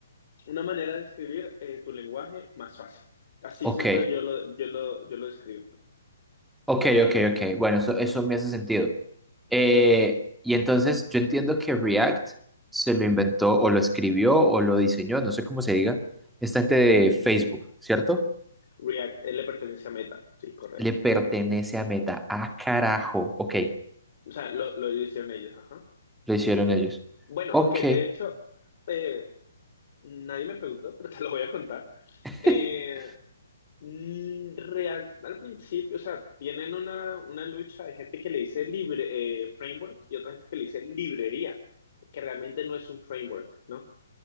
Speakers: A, on the left (about 45°); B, in the centre.
A: una manera de escribir eh, tu lenguaje más fácil. Así
B: ok,
A: siempre yo lo, yo lo, yo lo escribo.
B: ok, ok, ok. Bueno, eso, eso me hace sentido. Eh, y entonces yo entiendo que React se lo inventó o lo escribió o lo diseñó, no sé cómo se diga, esta gente de
A: Ujú.
B: Facebook, ¿cierto?
A: React, él le pertenece a Meta, sí, correcto.
B: le pertenece a Meta. Ah, carajo. Ok,
A: O sea, lo, lo hicieron ellos, ajá.
B: lo hicieron ellos.
A: Bueno,
B: Ok,
A: aunque de hecho, eh, nadie me preguntó, <laughs> pero te lo voy a contar.
B: <laughs>
A: Eh, Mm, Real, al principio, o sea, tienen una, una lucha, de gente que le dice libre, eh, framework y otra gente que le dice librería, que realmente no es un framework, ¿no?